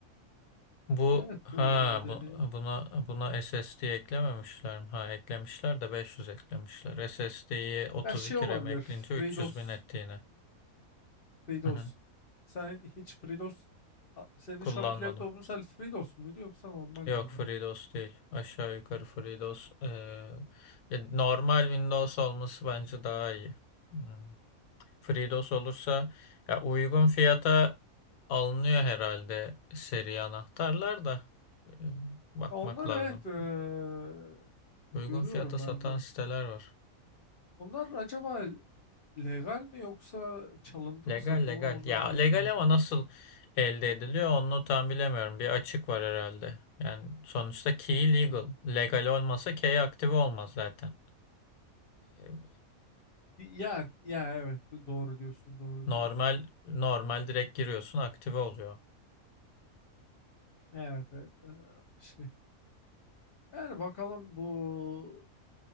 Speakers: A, on the left; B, on the left.
A: Bu
B: Evet
A: ha
B: o dedi.
A: bu, buna buna SSD eklememişler mi? Ha eklemişler de 500 eklemişler. SSD'yi 32
B: Ya şey olabilir
A: RAM ekleyince
B: FreeDOS
A: 300 bin etti yine.
B: FreeDOS
A: Hı hı.
B: sen hiç FreeDOS A- senin
A: Kullanmadım.
B: şu anki laptopun sen FreeDOS muydu yoksa normal
A: Yok
B: miydi?
A: FreeDOS değil. Aşağı yukarı FreeDOS. Ee, ya normal Windows olması bence daha iyi. Hmm. FreeDOS olursa ya uygun fiyata alınıyor herhalde seri anahtarlar da. Ee, bakmak
B: Onlar
A: lazım.
B: evet eee,
A: Uygun
B: görüyorum
A: fiyata satan
B: ben de.
A: siteler var.
B: Onlar acaba legal mi yoksa çalıntı
A: Legal
B: mı satıyorlar
A: legal.
B: onları
A: Ya
B: bilemiyorum.
A: legal ama nasıl elde ediliyor onu tam bilemiyorum. Bir açık var herhalde. Yani sonuçta key legal.
B: Hmm.
A: Legal olmasa key aktive olmaz zaten. Evet.
B: Ya ya evet doğru diyorsun doğru
A: Normal
B: diyorsun.
A: normal direkt giriyorsun aktive oluyor.
B: Evet evet eee, şey. Yani bakalım bu